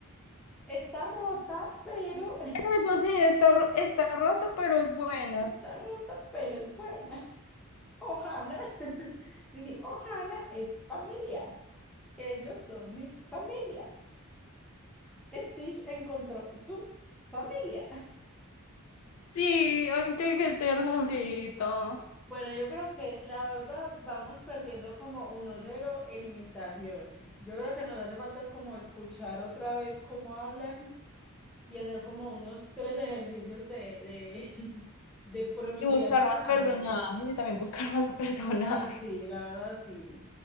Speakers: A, in the centre; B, on the left.
A: Está rota, pero <laughs>
B: Algo así, está, ro- está rota, pero es buena.
A: está rota, pero es buena. Ohana. <laughs> Sí, sí, Ohana es familia. Ellos son mi familia. Stitch encontró su familia.
B: Sí, ay, qué, qué ternurita.
A: Bueno, yo creo que la verdad vamos perdiendo como uno cero en imitación. Yo creo que nos hace falta es como escuchar otra vez cómo hablan y hacer como unos tres ejercicios de, de, <laughs> de pronunciación
B: Y buscar más
A: a
B: personajes
A: ver.
B: y también buscar más <laughs> personajes.
A: Sí, sí, la verdad sí.